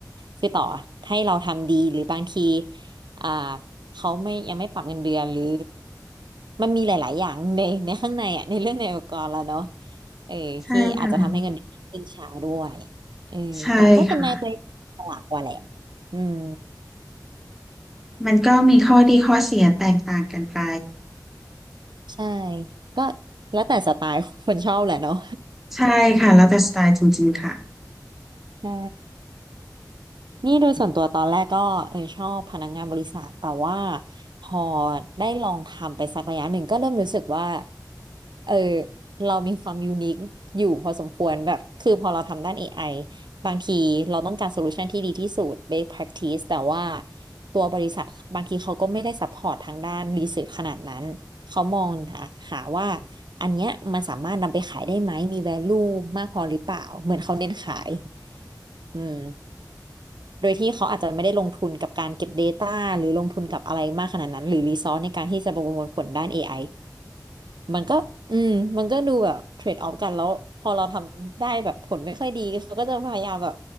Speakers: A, on the right (about 85°); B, in the centre.
A: คือต่อให้เราทำดีหรือบางทีอ่าเขาไม่ยังไม่ปรับเงินเดือนหรือมันมีหลายๆอย่างในในข้างในอ่ะในเรื่องในองค์กรแล้วเนาะเออที่อาจจะทำให้เงินเดือนขึ้นช้าด้วย
B: ใช่ค่ะ
A: เออแต่ก็เป็นนายตัวฉลาดกว่าแหละ
B: ใช่ค่ะ
A: อืม
B: มันก็มีข้อดีข้อเสียแตกต่างกันไป
A: ใช่ก็แล้วแต่สไตล์คนชอบแหละเนาะ
B: ใช่ค่ะแล้วแต่สไตล์จริงๆค่ะ
A: ใช่ นี่โดยส่วนตัวตอนแรกก็เออชอบพนักงานบริษัทแต่ว่าพอได้ลองทำไปสักระยะหนึ่งก็เริ่มรู้สึกว่าเออเรามีความยูนิคอยู่พอสมควรแบบคือพอเราทำด้าน AI บางทีเราต้องการโซลูชันที่ดีที่สุด best practice แต่ว่าตัวบริษัทบางทีเขาก็ไม่ได้ซัพพอร์ตทางด้านรีเสิร์ชขนาดนั้นเขามองหาหาว่าอันเนี้ยมันสามารถนำไปขายได้ไหมมี value มากพอหรือเปล่าเหมือนเขาเน้นขายอืม โดยที่เขาอาจจะไม่ได้ลงทุนกับการเก็บ Data หรือลงทุนกับอะไรมากขนาดนั้นหรือรีซอสในการที่จะประมวลผลด้าน AI มันก็อืมมันก็ดูแบบเทรดออฟกันแล้วพอเราทำได้แบบผลไม่ค่อยดีเขาก็จะพยายามแบบ